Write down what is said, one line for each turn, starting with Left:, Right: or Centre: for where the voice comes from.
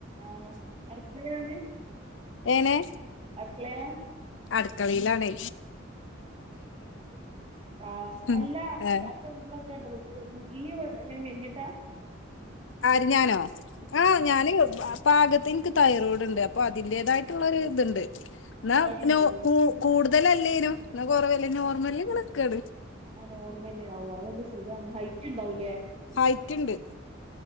Right: ആഹ് അട്ക്കളേലാണ്
Left: എങ്ങനെ
Right: ക്കളേലാ
Left: അട്ക്കളയിലാണേ
Right: ആ
Left: ഉം
Right: അല്ല
Left: ഏ
Right: അപ്പൊ നിങ്ങളൊക്കെ ഡ്രസ്സ് നീയും എങ്ങനെ മെലിഞ്ഞിട്ടാ
Left: ആര് ഞാനോ ആഹ് ഞാന് പ പാകത്ത് ഇൻക്ക് തൈറോയ്ഡ് ഇണ്ട് അപ്പൊ അതിന്റേതായിട്ടുള്ളൊര് ഇത്ണ്ട് ന്നാ
Right: തടിയുണ്ടോ
Left: പ്നോ കു കൂട് തലല്ലേനും ന്നാ കൊറവല്ല നോർമലി ഇങ്ങനെക്കാണ്
Right: ആ നോർമല് ആവു അഎല്ല സുഖാണ് ഹൈറ്റ് ഇണ്ടാവുലേ
Left: ഹൈറ്റ്ണ്ട്